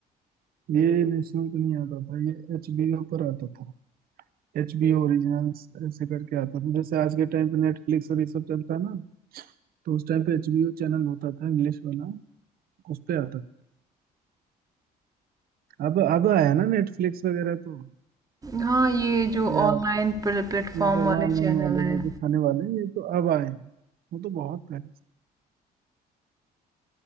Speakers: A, on the right; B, on the right.
A: ये नेशनल पे नहीं आता था ये एचबीओ पर आता था एचबीओ ओरिजिनल्स ऐसे करके आता था जैसे आज के टाइम पे नेटफ्लिक्स और ये सब चलता है ना तो उस टाइम पे एचबीओ चैनल होता था इंग्लिश वाला उस पे आता था अब अब आया ना नेटफ्लिक्स वगैरह तो
B: हाँ, ये जो
A: या
B: ऑनलाइन प्ले प्लेटफ़ॉर्म
A: ये सब
B: वाले
A: ऑनलाइन
B: चैनल
A: वाले
B: हैं।
A: जो दिखाने वाले हैं, ये तो अब आए हैं वो तो बहुत पहले से।